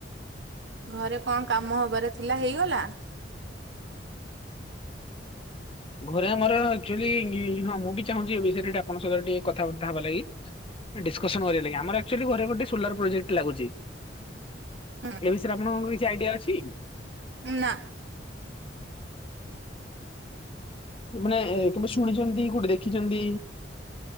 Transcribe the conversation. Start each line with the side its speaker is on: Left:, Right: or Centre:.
Right: ଘରେ କଣ କାମ ହବାର ଥିଲା ହେଇଗଲା?
Left: ଘରେ ଆମର ଆକଚୁଆଲି ହଁ ମୁଁ ବି ଚାହୁଁଛି ଏ ବିଷୟରେ ଟିକେ ଆପଣଙ୍କ ସହିତ ଟିକେ କଥାବାର୍ତ୍ତା ହବା ଲାଗି। ଡିସକସନ କରିବା ଲାଗି ଆମର ଆକଚୁଆଲି ଘରେ ଗୋଟେ ସୋଲାର ପ୍ରୋଜେକ୍ଟ ଲାଗୁଛି।
Right: ହୁଁ
Left: ଏ ବିଷୟରେ ଆପଣଙ୍କର କିଛି ଆଇଡିଆ ଅଛି?
Right: ଉଁ ନା।
Left: ଏ ମାନେ କେବେ ଶୁଣିଚନ୍ତି କୋଉଠି ଦେଖିଚନ୍ତି?